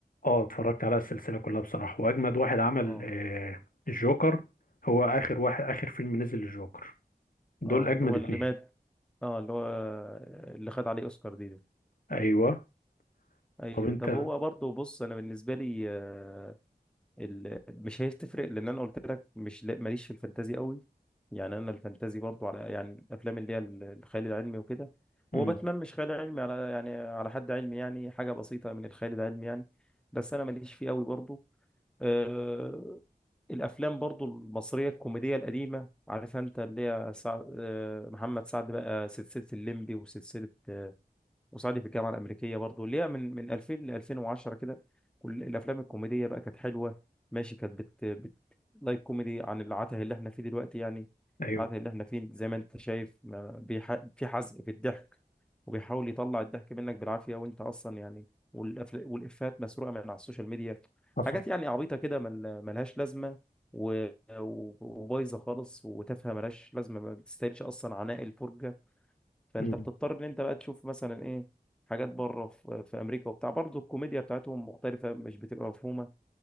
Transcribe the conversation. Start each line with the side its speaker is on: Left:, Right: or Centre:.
Left: اه اتفرجت على السلسلة كلها بصراحة واجمد واحد عمل
Centre: اه
Left: آه الجوكر هو اخر واحد اخر فيلم نزل الجوكر دول
Centre: اه
Left: اجمد
Centre: اللي هو
Left: اتنين
Centre: اللي مات اه اللي هو اللي خد عليه اوسكار دي ده
Left: ايوه
Centre: ايوه
Left: طب انت
Centre: طب هو برضه بص انا بالنسبه لي آه، ال... مش هتفرق لان انا قلت لك مش لا- ماليش في الفانتازي قوي يعني انا الفانتازي برضو على يعني الافلام اللي هي ال- الخيال العلمي وكده
Left: مم.
Centre: هو باتمان مش خيال علمي على يعني على حد علمي يعني حاجه بسيطه من الخيال العلمي يعني بس انا ماليش فيه قوي برضو أه... الافلام برضو المصريه الكوميديه القديمه عارف انت اللي هي سع... أه... محمد سعد بقى سلسله الليمبي وسلسله آه، وصعيدي في الجامعه الامريكيه برضه اللي هي من من 2000 ل 2010 كده كل الافلام الكوميديه بقى كانت حلوه ماشي كانت بت, بت... لايت كوميدي عن العته اللي احنا فيه دلوقتي يعني
Left: ايوه
Centre: العته اللي احنا فيه زي ما انت شايف ما بيح... في حزق في الضحك وبيحاول يطلع الضحك منك بالعافيه وانت اصلا يعني والأفل... والافات مسروقه من على السوشيال ميديا
Left: حصل
Centre: حاجات يعني عبيطه كده مل... ملهاش لازمه و... و- وبايظه خالص وتافهه ملهاش لازمه ما بتستاهلش اصلا عناء الفرجه فانت
Left: مم.
Centre: بتضطر ان انت بقى تشوف مثلا ايه حاجات بره في في امريكا وبتاع برضه الكوميديا بتاعتهم مختلفه مش بتبقى مفهومه